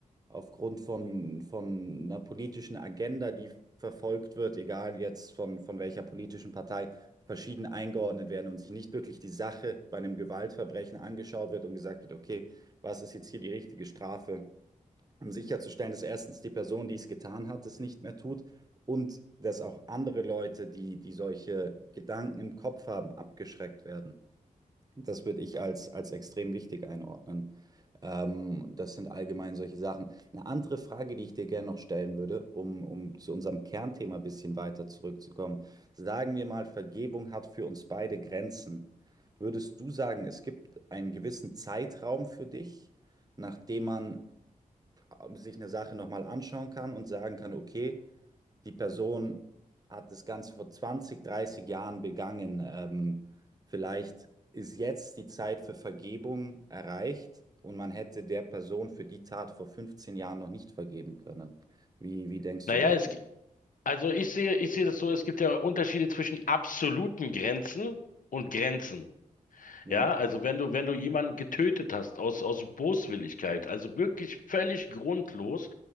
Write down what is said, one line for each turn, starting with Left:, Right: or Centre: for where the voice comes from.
Right: aufgrund von, von einer politischen Agenda, die verfolgt wird, egal jetzt von, von welcher politischen Partei, verschieden eingeordnet werden und sich nicht wirklich die Sache bei einem Gewaltverbrechen angeschaut wird und gesagt wird, okay, was ist jetzt hier die richtige Strafe? um sicherzustellen, dass erstens die Person, die es getan hat, es nicht mehr tut und dass auch andere Leute, die, die solche Gedanken im Kopf haben, abgeschreckt werden. Das würde ich als, als extrem wichtig einordnen. Ähm, das sind allgemein solche Sachen. Eine andere Frage, die ich dir gerne noch stellen würde, um, um zu unserem Kernthema ein bisschen weiter zurückzukommen. Sagen wir mal, Vergebung hat für uns beide Grenzen. Würdest du sagen, es gibt einen gewissen Zeitraum für dich, nachdem man ähm, sich eine Sache nochmal anschauen kann und sagen kann, okay, die Person hat das Ganze vor 20 30 Jahren begangen. Ähm, vielleicht ist jetzt die Zeit für Vergebung erreicht und man hätte der Person für die Tat vor 15 Jahren noch nicht vergeben können. Wie, wie denkst
Left: Naja,
Right: du darüber?
Left: es, gi- also ich sehe, ich sehe das so, es gibt ja Unterschiede zwischen absoluten Grenzen und Grenzen.
Right: Ja,
Left: Ja, also wenn du, wenn du jemanden getötet hast aus, aus Boswilligkeit, also wirklich völlig grundlos,